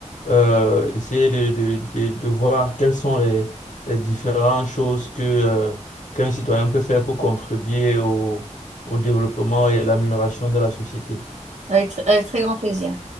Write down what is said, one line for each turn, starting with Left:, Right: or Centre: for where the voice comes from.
Left: euh, essayer de, de, de, de voir quelles sont les, les différentes choses que, euh, qu'un citoyen peut faire pour contribuer au, au développement et à l'amélioration de la société.
Right: Avec, tr- avec très grand plaisir.